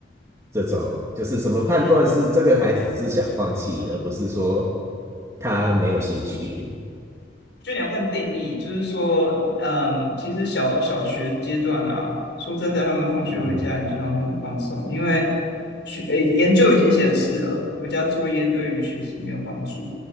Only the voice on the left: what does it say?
我觉得你要看定义，就是说，嗯，其实小小学阶段啊，说真的，他们放学回家，
你就让他们放松，因为学，诶，研究已经显示了，回家作业对于学习没有帮助。